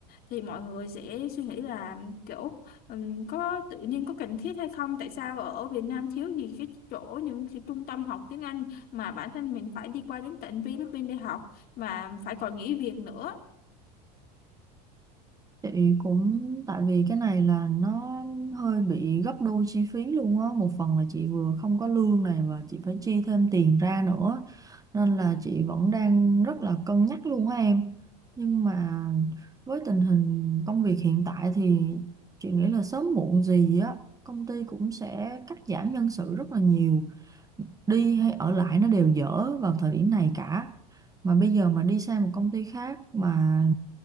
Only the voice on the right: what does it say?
Chị cũng tại vì cái này là nó hơi bị gấp đôi chi phí luôn á một phần là chị vừa không có lương này và chị phải chi thêm tiền ra nữa nên là chị vẫn đang rất là cân nhắc luôn á em nhưng mà với tình hình công việc hiện tại thì chị nghĩ là sớm muộn gì á công ty cũng sẽ cắt giảm nhân sự rất là nhiều đi hay ở lại nó đều dở vào thời điểm này cả mà bây giờ mà đi sang một công ty khác mà